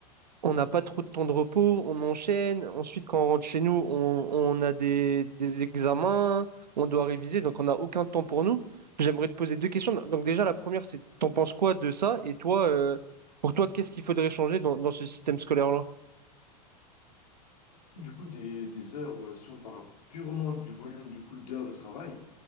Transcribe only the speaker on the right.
On n'a pas trop de temps de repos, on enchaîne. Ensuite, quand on rentre chez nous, on, on a des, des examens, on doit réviser, donc on n'a aucun temps pour nous. J'aimerais te poser deux questions. Donc déjà, la première, c'est t'en penses quoi de ça? Et toi, euh, pour toi, qu'est-ce qu'il faudrait changer dans, dans ce système scolaire-là?